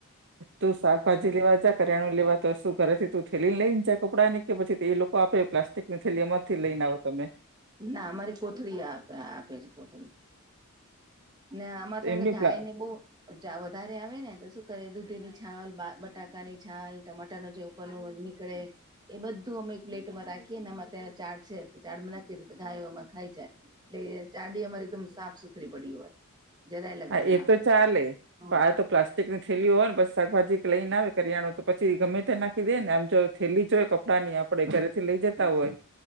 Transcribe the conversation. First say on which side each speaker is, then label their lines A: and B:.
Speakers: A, on the right; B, on the right.
A: તું શાકભાજી લેવા જા કરિયાણું લેવા તો તું ઘરેથી તું થેલી લઈ ને જ કપડા ને કે પછી તે એ લોકો આપે પ્લાસ્ટિકની થેલી માંથી લઈને આવો તમે
B: ના અમારી કોથળી આપે આપે છે, કોથળી ને અમારે ત્યા
A: એમની
B: ગાય
A: પ્લા
B: ને બહુ વધારે આવે ને તો શું કરીએ દૂધી ની છાલ બટાકાની છાલ ટમાટરના જે પણ નીકળે, એ બધું અમે એક પ્લેટમાં રાખીએનેમાં ત્યાં ચાડ છે, ચાડમાં નાખી રે તો ગાયમાં ખાઈ જાય. એટલે ચાડી અમારે એકદમ સાફ સુથરી પડી હોય. જરાય લગન
A: હા, એ
B: ના
A: તો
B: હોય
A: ચાલે
B: હા
A: પણ આ તો પ્લાસ્ટિક કની થેલી હોય ને પછ શાકભાજી લઈને આવે કરીયાણો તો પછી ગમે નાખી દે ને આમ જો થેલી જો હોય કપડાં ની આપડે ઘરે થી લઈ જતા
B: હા
A: હોય.